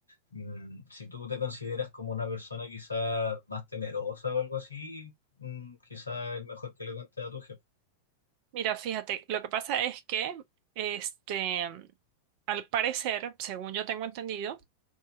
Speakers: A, on the left; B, on the right.
A: mm, si tú te consideras como una persona quizás más temerosa o algo así, mm, quizás es mejor que le cuentes a tu jefe.
B: Mira, fíjate, lo que pasa es que, este, al parecer, según yo tengo entendido,